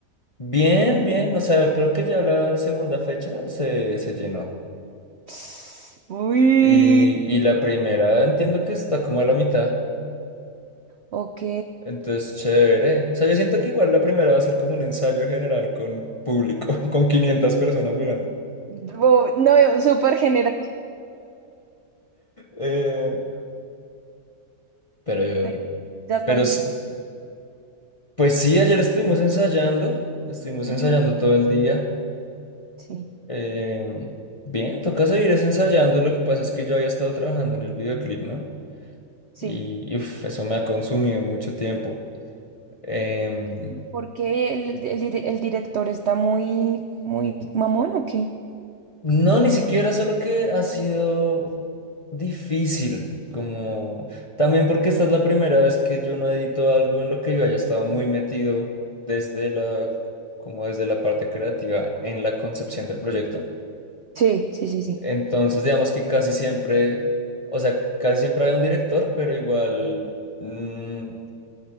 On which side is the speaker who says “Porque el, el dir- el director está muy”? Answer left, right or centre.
Right